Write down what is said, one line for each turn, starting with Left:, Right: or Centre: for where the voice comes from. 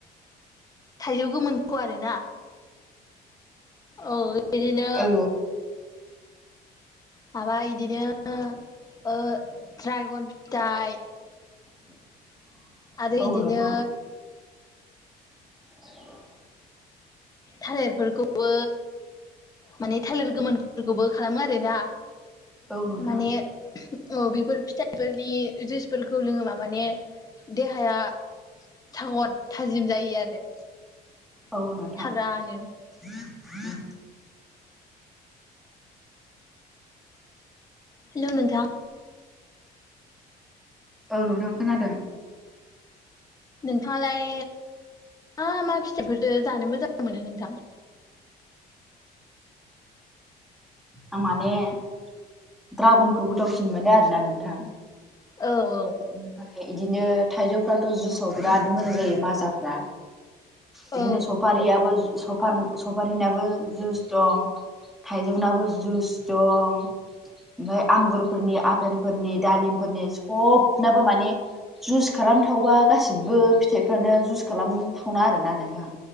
Left: थाइजौ गोमोनखौ आरोना। अ बिदिनो
Centre: औ
Left: माबा बिदिनो ड्रागन फिथाइ
Centre: <inaudible>
Left: आरो
Centre: औ
Left: इदिनो
Centre: नोंथां <unintelligible>
Left: थालिरफोरखौबो माने थालिर गोमोनफोरखौबो खालामो आरोना
Centre: औ नोंथां
Left: माने औ बेफोर फिथाइ फोरनि जुसफोरखौ लोङोबा माने देहाया थागद थाजिम जायो आरो
Centre: औ नोंथां
Left: थाजानो
Centre: <unintelligible>
Left: हेल' नोंथां
Centre: औ नोंथांं खोनादों
Left: नोंथाङालाय मा-मा फिथाइफोरथो जानो मोजां मोनो नोंथां।
Centre: आं माने दड्रागनखौ गोथावसिन मोनो आरोना नोंथां
Left: औ औ
Centre: ओमफ्राय बिदिनो थाइजौफ्राथ' जुसाव बिराद मोजां जायो माजाफ्रा बिदिनो
Left: औ
Centre: सफारियाबो सफार सफारिनाबो जुस दं थाइजौनाबो जुस दं ओमफ्राय आंगुरफोरनि आपेलफोरनि दालिमफोरनि सबनोबो माने जुस खालामथावबा गासिबो फिथाइफ्रानो जुस खालामथावना आरोना नोंथां